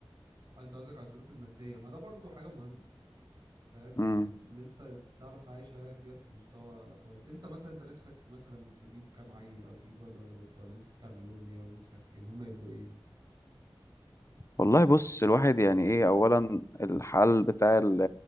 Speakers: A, on the right (about 45°); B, on the left (about 35°).
A: انت قصدك على الظروف الماديه ما ده برضو حاجه مهمه فاهم
B: امم
A: ان انت تعرف تعيش عيالك ديت في مستوى كويس انت مثلا انت نفسك مثلا تجيب كام عيل او تجيب واد ولا بنت ولا نفسك تعمل لهم ايه ولا نفسك ان هم يبقوا ايه
B: والله بص الواحد يعني إيه أولا الحال بتاع ال...